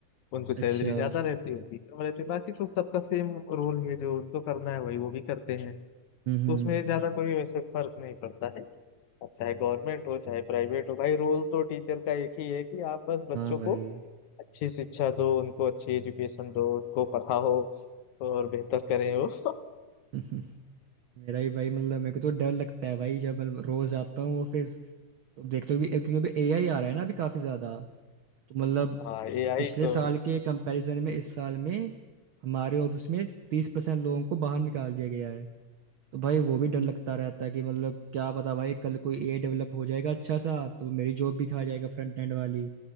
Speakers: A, on the left (about 70°); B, on the right (about 80°).
A: उनको सैलरी
B: अच्छा
A: ज्यादा रहती है उनकी कम रहती है बाकी तो सबका सेम रोल है जो उनको करना है वही वो भी करते हैं तो
B: हम्म
A: उसमें ज्यादा कोई वैसे फर्क नहीं पड़ता है अब चाहे गवर्नमेंट हो चाहे प्राइवेट हो भाई रोल तो टीचर का एक ही है कि आप बस बच्चों
B: हाँ भाई
A: को अच्छी शिक्षा दो उनको अच्छी एजुकेशन दो उनको पढ़ाओ और बेहतर करें वो
B: <laughs> हम्म, मेरा भी भाई मतलब मेरे को तो डर लगता है भाई जब मतलब रोज आता हूँ ऑफिस तो देखते हो भी क्योंकि एआई आ रहा है ना अभी काफी ज्यादा तो मतलब
A: हाँ ए आई
B: पिछले
A: तो
B: साल के कंपैरिजन में इस साल में हमारे ऑफिस में तीस परसेंट लोगों को बाहर निकाल दिया गया है तो भाई वो भी डर लगता रहता है कि मतलब क्या पता भाई कल कोई ए डेवलप हो जाएगा अच्छा सा तो मेरी जॉब भी खा जाएगा फ्रंट एंड वाली